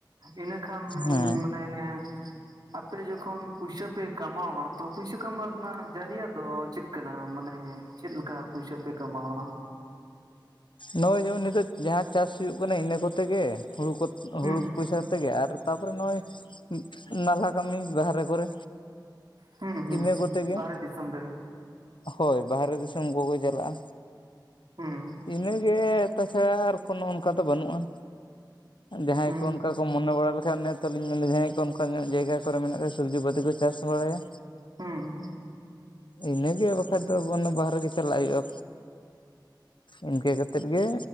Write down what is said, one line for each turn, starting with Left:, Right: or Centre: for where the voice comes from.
Right: ᱤᱱᱟᱹᱠᱷᱟᱱ
Left: ᱦᱮᱸ
Right: ᱢᱟᱱᱮ ᱟᱯᱮ ᱡᱚᱠᱷᱚᱱ ᱯᱩᱭᱥᱟᱹ ᱯᱮ ᱠᱟᱢᱟᱣᱟ ᱛᱚ ᱯᱚᱭᱥᱟ ᱠᱟᱢᱟᱣ ᱨᱮᱱᱟᱜ ᱡᱟᱹᱨᱤᱭᱟ ᱫᱚ ᱪᱮᱫ? ᱠᱟᱱᱟ ᱢᱟᱱᱮ ᱪᱮᱫ ᱞᱮᱠᱟ ᱯᱩᱭᱥᱟᱹ ᱯᱮ ᱠᱟᱢᱟᱣᱟ?
Left: ᱱᱚᱜ-ᱚᱭ ᱡᱮᱢᱚᱱ ᱱᱤᱛᱚᱜ ᱡᱟᱦᱟᱸ ᱪᱟᱥ ᱦᱩᱭᱩᱜ ᱠᱟᱱᱟ ᱤᱱᱟᱹ ᱠᱚᱛᱮ ᱜᱮ ᱦᱩᱲᱩ ᱠᱚᱛ
Right: ᱦᱩᱸ
Left: ᱦᱩᱲᱩ ᱯᱚᱭᱥᱟ ᱛᱮᱜᱮ ᱟᱨ ᱛᱟᱯᱚᱨᱮ ᱱᱚᱜᱼᱚᱭ ᱱᱟᱞᱦᱟ ᱠᱟᱹᱢᱤ, ᱵᱟᱦᱨᱮ ᱠᱚᱨᱮ᱾
Right: ᱦᱩᱸ ᱦᱩᱸ
Left: ᱤᱱᱟᱹ ᱠᱚ ᱛᱮᱜᱮ᱾
Right: ᱵᱟᱦᱨᱮ ᱫᱤᱥᱚᱢ ᱨᱮ
Left: ᱦᱳᱭ ᱵᱟᱦᱨᱮ ᱫᱤᱥᱚᱢ ᱠᱚᱠᱚ ᱪᱟᱞᱟᱜ-ᱟ᱾
Right: ᱦᱩᱸ᱾
Left: ᱤᱱᱟᱹᱜᱮ ᱛᱟᱪᱷᱟᱲᱟ ᱟᱨ ᱠᱳᱱᱚ ᱚᱱᱠᱟ ᱫᱚ ᱵᱟᱹᱱᱩᱜ-ᱟᱱ᱾ ᱡᱟᱦᱟᱸᱭ
Right: ᱦᱩᱸ
Left: ᱠᱚ ᱚᱱᱠᱟ ᱠᱚ ᱢᱚᱱᱮ ᱵᱟᱲᱟ ᱠᱷᱟᱡ ᱚᱱᱮ ᱛᱚ ᱟᱞᱤᱧ ᱢᱮᱱ ᱫᱚ ᱡᱟᱸᱦᱟᱭᱟᱜ ᱠᱚ ᱚᱱᱠᱟ ᱧᱚᱜ ᱡᱟᱭᱜᱟ ᱠᱚᱨᱮ ᱢᱮᱱᱟᱜ ᱠᱟᱫᱟ ᱥᱚᱵᱽᱡᱤ ᱯᱟᱹᱛᱤ ᱠᱚ ᱪᱟᱥ ᱵᱟᱲᱟᱭᱟ᱾
Right: ᱦᱩᱸ᱾
Left: ᱤᱱᱟᱹᱜᱮ ᱵᱟᱠᱷᱟᱡ ᱫᱚ ᱚᱱᱮ ᱵᱟᱦᱨᱮ ᱜᱮ ᱪᱟᱞᱟᱜ ᱦᱩᱭᱩᱜ-ᱟ᱾ ᱤᱱᱠᱟᱹ ᱠᱟᱛᱮᱫ ᱜᱮ